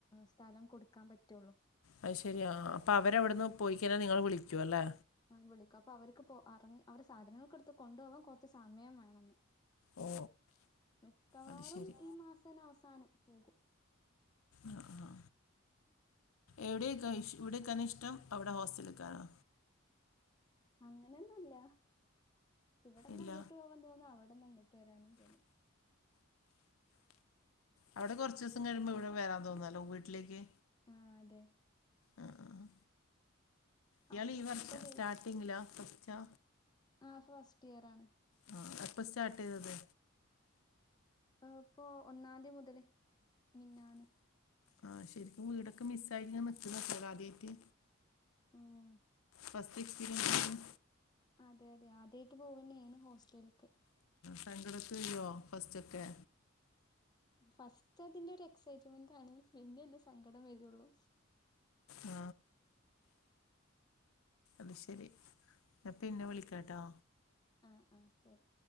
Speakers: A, on the left; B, on the left.
A: സ്ഥലം കൊടുക്കാൻ പറ്റോളു.
B: അത് ശരി അപ്പോ അവരെവിടുന്ന് പോയി കഴിഞ്ഞാൽ നിങ്ങൾ വിളിക്കും അല്ലേ.
A: <unintelligible> അപ്പൊ അവര്ക്ക് സാധനങ്ങൾക്കടുത്ത് കൊണ്ടുപോകാൻ കുറച്ച് സമയം വേണം എന്ന്
B: ഓ
A: മിക്കവാറും
B: അത് ശരി
A: ഈ മാസനെ അവസാനം പോകും.
B: ആ ആ ആ എവിടെ ക ഇഷ് ഇവിടെക്കാനോ ഇഷ്ടം അവിടെ ഹോസ്റ്റലക്കണോ?
A: അങ്ങനെ ഒന്നും ഇല്ല ഇവിടെന്ന
B: ഇല്ല
A: അങ്ങോട്ട് പോവാൻ തോന്നും അവിടെന്ന ഇങ്ങട്ട് വരാനും തോന്നും.
B: അവിടെ കുറച്ച ദിവസം കഴിയുമ്പോ ഇവിടെ വരാൻ തോന്നല്ലോ വീട്ടിലേക്ക്.
A: ആ അതെ.
B: ആ ആ ആ ഇയാളി
A: അപ്പൊ
B: ഈ വർ
A: വേ
B: സ്റ്റാർട്ടിങ്ങിലാ ഫസ്റ്റ്ാ
A: ആഇപ്പോ ഫസ്റ്റ് ഇയർ ആണ്.
B: അ എപ്പോ സ്റ്റാർട്ട് ചെയ്തത്?
A: ഇപ്പോ ഒന്നാതി മുതല് മിഞാന്ന്
B: ആഹ് ശരിക്കും വീടൊക്കെ മിസ് ആയിരിട്ട് നിക്ക <unintelligible> ആദ്യയിട്ട്.
A: ഉം
B: ഫാസ്റ്റ് എക്സ്പീരിയൻസ്സ?
A: അതെ അതെ ആദ്യയിട്ട് പോവനെണ് ഹോസ്റ്റല് ക്ക്.
B: സങ്കടൊക്കെ വരോ ഫസ്റ്റ്ഓക്കെ.
A: ഫസ്റ്റ് അതിന്റെ ഒരു എക്സൈറ്റ്മെന്റ്ണ് പിന്നെല്ലേ സങ്കടം വരുള്ളു.
B: ആ അത് ശെരി ഞാൻ പിന്നെ വിളിക്കാട്ടോ.
A: ആഹ് ആഹ് ശരി.